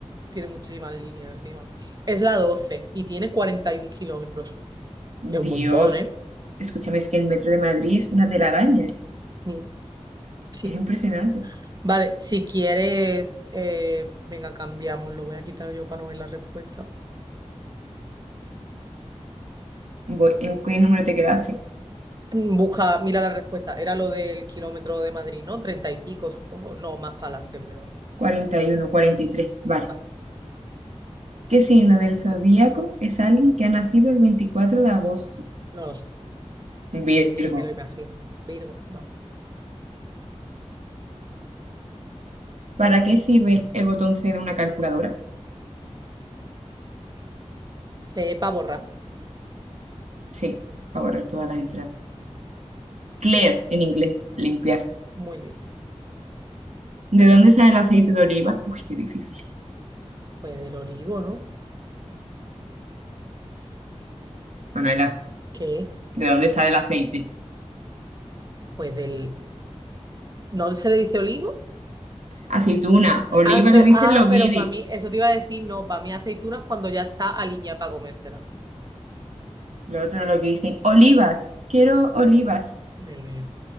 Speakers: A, on the right (about 35°); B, on the right (about 85°).
A: Tiene muchísimas líneas encima. Es la 12 y tiene 41 kilómetros.
B: Dios,
A: Es un montón, ¿eh?
B: escúchame, es que el metro de Madrid es una telaraña,
A: Mm, Sí.
B: es impresionante.
A: Vale, si quieres, eh, venga, cambiamos. Lo voy a quitar yo para no ver la respuesta.
B: Voy, ¿en qué número te quedaste?
A: Mm, Busca, mira la respuesta. Era lo del kilómetro de Madrid, ¿no? Treinta y pico, supongo. No, más para adelante, en verdad.
B: cuarenta cuarenta y uno cuarenta y tres vale.
A: Vale.
B: ¿Qué signo del zodíaco es alguien que ha nacido el 24 de agosto?
A: No lo sé, ni
B: Virgo.
A: me lo imagino. Virgo, vale.
B: ¿Para qué sirve el botón C de una calculadora?
A: Cepa borrar.
B: Sí, para borrar todas las entradas. Clear, en inglés, limpiar.
A: Muy bien.
B: ¿De dónde sale el aceite de oliva? Uy, qué difícil.
A: Pues del olivo, ¿no?
B: Manuela,
A: ¿Qué?
B: ¿de dónde sale el aceite?
A: Pues del... ¿No se le dice olivo?
B: Aceituna, oliva
A: Ah, pero,
B: lo dicen
A: ah,
B: los
A: pero
B: guiris.
A: para mí, eso te iba a decir, no, para mí aceituna es cuando ya está aliñada para comérsela.
B: Lo otro lo que dicen, olivas, quiero olivas.
A: Dios mío.